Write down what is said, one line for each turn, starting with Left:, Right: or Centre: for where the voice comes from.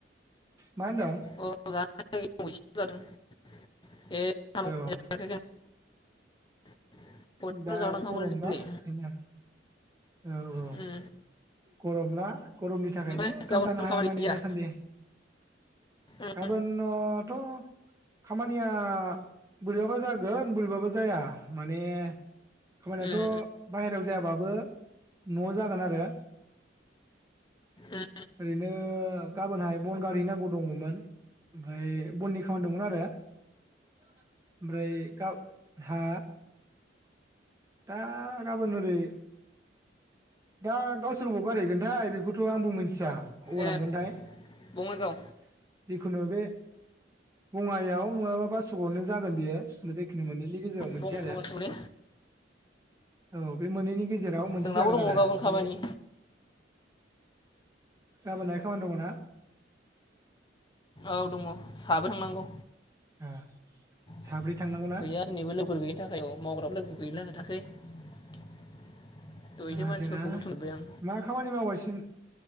Right: मा होनदों?
Left: गरमदो जानो हायाखै आंबो एसेल' जादों। <unintelligible> ए <unintelligible>
Right: औ
Left: <inaudible> खनसेल'
Right: दा
Left: जाबाय ओंखामखौनो
Right: गरम
Left: दिनै
Right: दा। औ औ।
Left: उम
Right: गरमना। गरमनि थाखायनो
Left: ओमफ्राय
Right: ओंखाम
Left: गाबोनफोर
Right: जानो हाया
Left: खामानि
Right: माने
Left: गैया
Right: दासान्दि
Left: उम
Right: गाबोन ओम खामानिया बोरैबाबा जागोन बोरैबाबो जाया माने। खामानियाथ'
Left: उम
Right: बाहेरायाव जाया बो। न' जागोन आरो
Left: उम
Right: ओरैनो गाबोनहाय बन गारहैनांगौ दङमोन ओमफ्राय बननि खामानि दंमोन आरो ओमफ्राय गाबोन हा। दा गाबोन ओरै दा गावसोर बबाव गारहैगोनथाय बेखौथ' आंबो मोनथि आबाव
Left: ए
Right: लांगोनथाय <unintelligible>
Left: बङाइगाव
Right: जिखुनु बे बङायाव नङाबा बासुगाआवनो जागोन बेयो। जिखुनो मोननैनि गेजेराव मोनसे
Left: बङाइगावआसो
Right: आरो।
Left: ने
Right: औ बे मोनैनि गेजेराव। मोनसे
Left: जोंनाबो
Right: जागोन
Left: दङ
Right: आरो
Left: गाबोन
Right: ओमफ्राय
Left: खामानि
Right: गाबोनहाय खामानि दङ ना।
Left: ओ दंङ <unintelligible>
Right: ओ साब्रै
Left: <unintelligible>
Right: थांनांगौना
Left: <inaudible> दहाय
Right: थाङासै
Left: एसे मानसिफोरखौ
Right: ना
Left: बुथुमबाय आं
Right: मा खामानि मावगासिनो।